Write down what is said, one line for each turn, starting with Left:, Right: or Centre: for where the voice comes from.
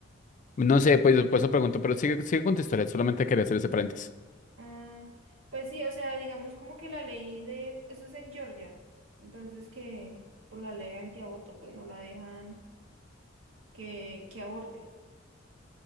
Left: No sé, pues por eso pregunto, pero sigue, sigue con tu historia, solamente quería hacer ese paréntesis.
Right: Ah, pues sí, o sea, digamos como que la ley de... Eso es en Georgia. Entonces que por la ley antiaborto pues no la dejan que, que aborte.